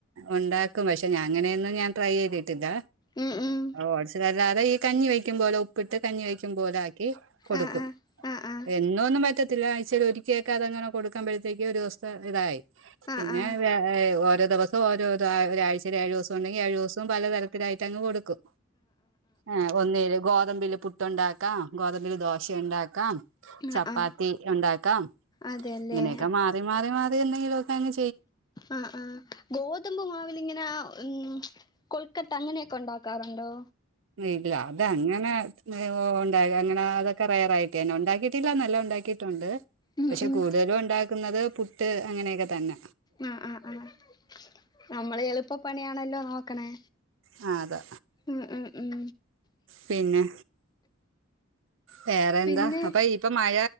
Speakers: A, on the right (about 75°); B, on the left (about 20°).
A: ഒണ്ടാക്കും പക്ഷെ ഞാ അങ്ങനെയൊന്നും ഞാൻ ട്രൈ ചെയ്തിട്ടില്ല.
B: ഉം ഉം
A: ഓട്സിലല്ലാതെ ഈ കഞ്ഞി വെക്കുമ്പോലോ ഉ പ്പിട്ട് കഞ്ഞി വെക്കും പോലെ ആക്കി കൊടുക്കും.
B: ആഹ് ആഹ് ആഹ്
A: എന്നോ ഒന്നും പറ്റ ത്തിഴ്ച്ചേൽ ഒരിക്കെക്ക അങ്ങനെ കൊടുക്കുമ്പോഴത്തേക്ക് ഒരു ഇതായി
B: ആഹ്
A: പിന്നെ
B: ആഹ്
A: ഓരോ ദിവസം ഓരോ ഇതാ ഒരാഴ്ചയി ഏഴു ദിവസം ഉണ്ടെങ്കി ഏഴു ദിവസവും പലതരത്തിലായിട്ടങ്ങ് കൊട്ക്കും. ആഹ് ഒന്നെല് ഗോദമ്പില് പു ഇട്ട ഒണ്ടാക്കാം ഗോതമ്പിൽ ദോശണ്ടാക്കാം. ചപ്പാത്തി
B: ആഹ് ആഹ്
A: ഒണ്ടാക്കാം.
B: അതെല്ലേ
A: ഇങ്ങനെയൊക്കെ മാറി മാറി മാ ന്തെകിലുക്കെ അങ്
B: ആ ആ ഗോതമ്പ് മാവിലിങ്ങനെ ഉം കൊ പക്കത്തെങ്ങനെയൊക്കെ ഉണ്ടാക്കാറുണ്ടോ?
A: ഇല്ല അത് അങ്ങനെ ഒണ്ട അങ്ങന അതൊക്കെ റയറായിട്ട്ന്നെ ഒണ്ടാക്കിട്ടില്ലന്നല്ല ഒണ്ടാക്കിട്ടൊണ്ട്.
B: ഉം
A: പക്ഷെ
B: ഉം
A: കൂടുതലും ഒണ്ടാക്കുന്നത് പുട്ട് അങ്ങനെയൊക്കെ തന്ന.
B: ആഹ് ആഹ് ആഹ് നമ്മള് എളുപ്പപ്പണിയാണല്ലോ നോക്കണേ.
A: ആ അതാ
B: ഉം ഉം ഉം.
A: പിന്നെ വേറെ എന്താ
B: പിന്നെ
A: അപ്പൊ ഇപ്പൊ മഴ